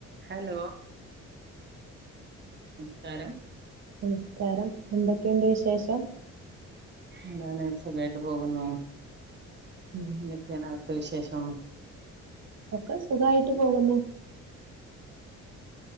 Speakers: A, on the right; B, on the right.
A: Hello നമസ്കാരം
B: നമസ്കാരം, എന്തൊക്കെയുണ്ട് വിശേഷം.
A: ന്താണ്, സുഖായിട്ട് പോകുന്നു.
B: ഉം
A: ന്തൊക്കെയാണ് അവിടുത്തെ വിശേഷം. ഉം
B: ഒക്കെ സുഖായിട്ട് പോകുന്നു